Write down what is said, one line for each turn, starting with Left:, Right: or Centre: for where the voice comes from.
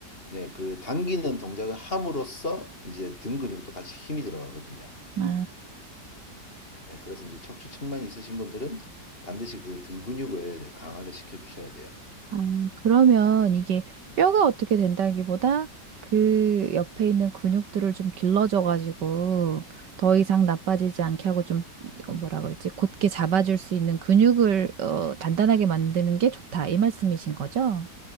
Left: 네. 그 당기는 동작을 함으로써 이제 등 근육도 같이 힘이 들어가거든요.
Right: 아.
Left: 네. 그래서 이제 척추 측만 있으신 분들은 반드시 그 등 근육을 강화를 시켜 주셔야 돼요.
Right: 아, 그러면 이게 뼈가 어떻게 된다기보다 그 옆에 있는 근육들을 좀 길러줘가지고 더 이상 나빠지지 않게 하고 좀 어, 뭐라 그랬지? 곧게 잡아줄 수 있는 근육을 어, 단단하게 만드는 게 좋다. 이 말씀이신 거죠?